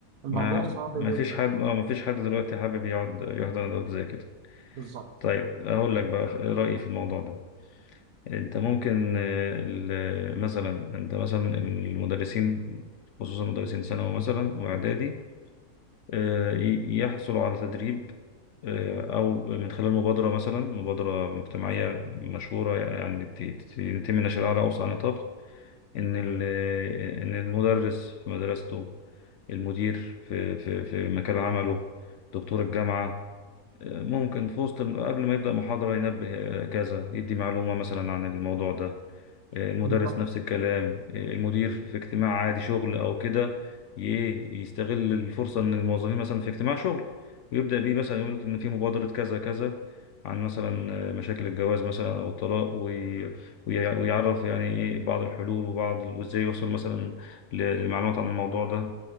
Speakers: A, on the right; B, on the left.
A: الموضوع
B: ما
A: صعب
B: ما
A: جدا
B: فيش حد اه ما فيش حد دلوقتي حابب يقعد يحضر ندوات زي كده
A: بالظبط
B: طيب اقول لك بقى رأيي في الموضوع ده انت ممكن آه، ال- مثلا انت مثلا المدرسين خصوصا مدرسين ثانوي مثلا واعدادي آه، ي- يحصلوا على تدريب آه، او من خلال مبادرة مثلا مبادرة مجتمعية مشهورة يعني ت- ت- يتم نشرها على اوسع نطاق ان ال- ان المدرس في مدرسته المدير في في في مكان عمله دكتور الجامعة آه، ممكن في وسط قبل ما يبدأ محاضرة ينبه آه، كذا يدي معلومة مثلا عن الموضوع ده المدرس
A: بالظبط
B: نفس الكلام المدير في اجتماع عادي شغل او كده ي- يستغل الفرصة ان الموظفين مثلا في اجتماع شغل ويبدأ بيه مثلا يقول ان في مبادرة كذا كذا عن مثلا مشاكل الجواز مثلا او الطلاق وي- وي- ويعرف يعني ايه بعض الحلول وبعض ال- وازاي يوصل مثلا ل- لمعلومات عن الموضوع ده